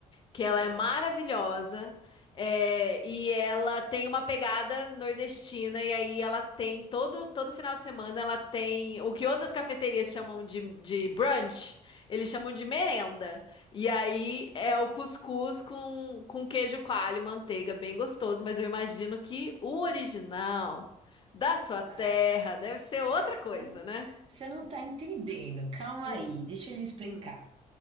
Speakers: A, on the left; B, on the right.
A: que ela
B: Hum,
A: é maravilhosa, é, e ela tem uma pegada nordestina, e aí ela tem todo, todo final de semana ela tem o que outras cafeterias chamam de, de brunch, eles chamam de merenda. E aí é o cuscuz com, com queijo coalho e manteiga, bem gostoso, mas eu imagino que o original da sua
B: não.
A: terra deve ser outra
B: É, você
A: coisa,
B: não,
A: né?
B: você não tá entendendo. Calma
A: Hum,
B: aí, deixa eu lhe explicar.
A: hum,